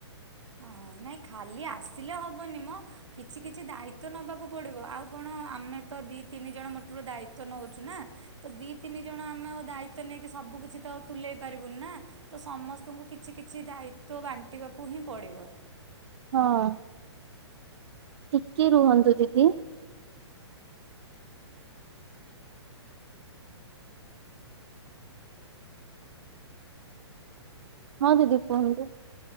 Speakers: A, on the right; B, on the right.
A: ହଁ ନାଇଁ ଖାଲି ଆସିଲେ ହେବନି ମ। କିଛି କିଛି ଦାୟିତ୍ୱ ନେବାକୁ ପଡିବ। ଆଉ କଣ ଆମେ ତ ଦିଇ ତିନି ଜଣ ମୋଟରୁ ଦାୟିତ୍ୱ ନେଉଛୁ ନା। ତ ଦି ତିନି ଜଣ ଆମେ ଆଉଁ ଦାୟିତ୍ୱ ନେଇକି ସବୁ କିଛି ତ ତୁଲେଇ ପାରିବୁନି ନା। ତ ସମସ୍ତଙ୍କୁ କିଛି କିଛି ଦାୟିତ୍ୱ ବାଣ୍ଟିବାକୁ ହିଁ ପଡିବ।
B: ହଁ। ଟିକେ ରୁହନ୍ତୁ ଦିଦି। ହଁ ଦିଦି କୁହନ୍ତୁ।